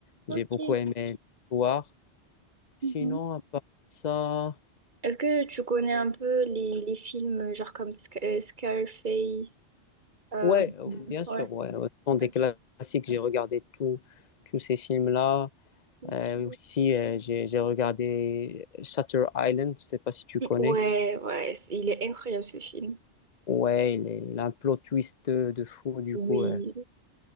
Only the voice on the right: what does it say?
Ok.
Mhm.
Est-ce que tu connais un peu les, les films, euh, genre comme Sc- euh, Scarface? euh,
Mhm.
ouais,
ok.
Ok.
Ouais, ouais, c'est- il est incroyable ce film.
Oui,